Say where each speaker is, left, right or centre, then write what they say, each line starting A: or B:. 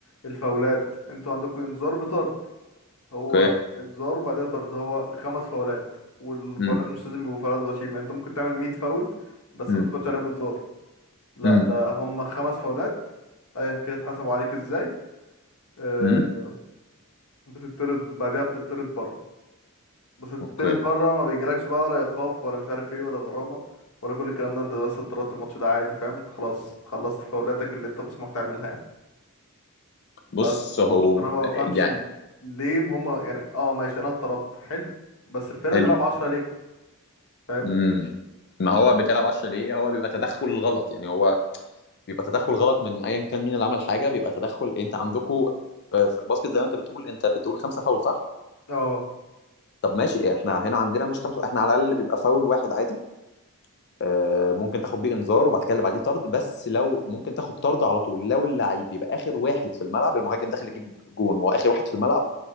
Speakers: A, on the left (about 70°); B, on the left (about 50°).
A: الفاولات أنتوا عندكم إنذار بطرد هو
B: اوكي
A: إنذار وبعدها طرد هو خمس فاولات والفاولات
B: امم
A: مش لازم يبقوا فاولات غشيمة أنت ممكن تعمل 100 فاول بس
B: امم
A: ما تاخدش عليهم انذار لا
B: امم
A: ده هم خمس فاولات ايا كانت اتحسبوا عليك ازاي آه،
B: امم
A: بتطرد بعدها بتطرد بره بس بتطرد
B: اوكي
A: بره ما بيجيلكش بقى ولا ايقاف ولا مش عارف ايه ولا غرامه ولا كل الكلام ده انت بس اتطردت الماتش ده عادي فاهم انت خلاص خلصت فاولاتك اللي انت مسموح تعملها يعني. بس
B: بص هو
A: انا ما بفهمش
B: يعني
A: ليه هم يعني اه ماشي انا اتطردت حلو بس الفرقه
B: حلو
A: تلعب 10 ليه فاهم
B: امم ما هو بتلعب 10 ليه هو بيبقى تدخل غلط يعني هو بيبقى تدخل غلط من ايا كان مين اللي عمل حاجه بيبقى تدخل انت عندكم في الباسكت زي ما انت بتقول انت بتقول خمسه فاول صح؟
A: اه
B: طب ماشي احنا هنا عندنا مش خمسه احنا على الاقل بيبقى فاول واحد عادي آه، ممكن تاخد بيه انذار وبعد كده اللي بعديه طرد بس لو ممكن تاخد طرد على طول لو اللعيب بيبقى اخر واحد في الملعب المهاجم داخل يجيب جون وهو اخر واحد في الملعب